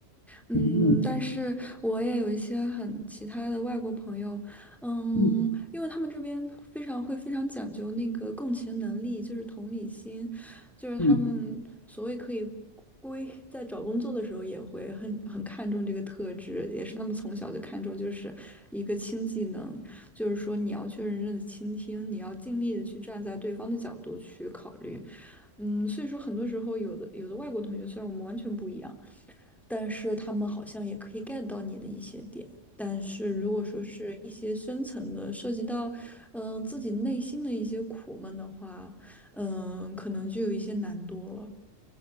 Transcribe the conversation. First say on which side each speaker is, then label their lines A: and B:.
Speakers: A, in the centre; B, on the left.
A: 嗯，
B: 嗯
A: 但是我也有一些很其他的外国朋友，嗯，
B: 嗯
A: 因为他们这边非常会非常讲究那个共情能力，就是同理心，就是他们所谓可以
B: 嗯，
A: 归在找工作的时候也会很很看重这个特质，也是他们从小就看重，就是一个轻技能，就是说你要去认真的倾听，你要尽力的去站在对方的角度去考虑，嗯，所以说很多时候有的有的外国同学虽然我们完全不一样。但是他们好像也可以 get 到你的一些点。但是如果说是一些深层的，涉及到嗯、自己内心的一些苦闷的话，嗯、可能就有一些难度了。